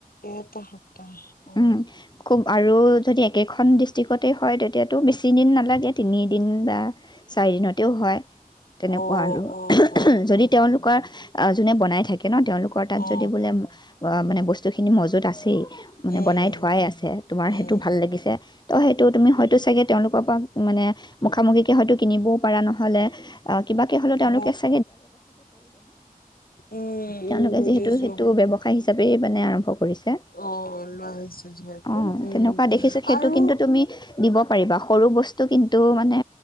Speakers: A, on the left; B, on the left.
A: এটা সপ্তাহ অ'।
B: উম খুব আৰু যদি একেখন ডিষ্ট্ৰিকতে হয় তেতিয়াতো বেছিদিন নালাগে তিনিদিন বা চাৰিদিনতেও হয়। তেনেকুৱা
A: অ',
B: আৰু
A: অ', অ'।
B: যদি
A: অ
B: তেওঁলোকৰ যোনে বনাই থাকে ন তেওঁলোকৰ তাত
A: অ
B: যদি বোলে মানে বস্তুখিনি মজুত আছেই। মানে
A: উম
B: বনাই থোৱাই আছে তোমাৰ
A: উম
B: সেইটো ভাল লাগিছে তো সেইটো তুমি হয়তো চাগে তেওঁলোকৰ পৰা মানে মুখামুখিকৈ হয়তো কিনিবও পাৰা নহ'লে কিবাকে হ'লেও তেওঁলোকে
A: অ
B: <unintelligible>
A: উম
B: তেওঁলোকে
A: উম বুজিছো
B: যিহেতু সেইটো ব্যৱসায় হিচাপেই মানে আৰম্ভ কৰিছে।
A: অ লোৱা হৈছে যিহেতু
B: অ'
A: উম
B: তেনেকুৱা দেখিছো সেইটো
A: আৰু
B: কিন্তু তুমি দিব পাৰিবা সৰু বস্তু কিন্তু মানে